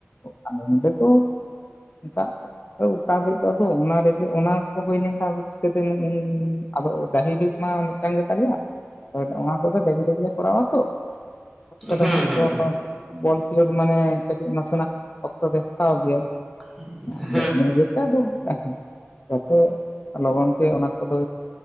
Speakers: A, on the left; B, in the centre.
A: ᱟᱞᱮ ᱱᱚᱰᱮ ᱫᱚ ᱮᱴᱟᱜ ᱟᱫᱚ ᱚᱠᱟ ᱥᱮᱫ ᱫᱚ ᱟᱫᱚ ᱚᱱᱟ ᱨᱮᱜᱮ ᱚᱱᱟ ᱠᱚ ᱦᱩᱭ ᱞᱮᱱᱠᱷᱟᱱ ᱪᱤᱠᱟᱹᱛᱮ ᱟᱫᱚ ᱰᱟᱹᱦᱤ ᱫᱤᱠ ᱢᱟ ᱢᱤᱫᱴᱟᱝ ᱜᱮ ᱛᱟᱞᱮᱭᱟ ᱚᱱᱟ ᱠᱚᱫᱚ <unintelligible> ᱨᱮᱜᱮ ᱠᱚᱨᱟᱣᱟ ᱛᱚ ᱚᱛ
B: ᱦᱩᱸ
A: ᱫᱚ ᱦᱟᱸᱜ
B: ᱦᱩᱸ
A: ᱫᱚ ᱵᱚᱞ ᱠᱷᱮᱞᱳᱰ ᱢᱟᱱᱮ ᱠᱟᱹᱴᱤᱡ ᱱᱟᱥᱮᱱᱟᱜ ᱦᱟᱛᱟᱣ ᱜᱮᱭᱟ
B: <unintelligible>
A: <unintelligible>
B: <inaudible>
A: ᱡᱟᱛᱮ ᱞᱚᱜᱚᱱ ᱜᱮ ᱚᱱᱟ ᱠᱚᱫᱚ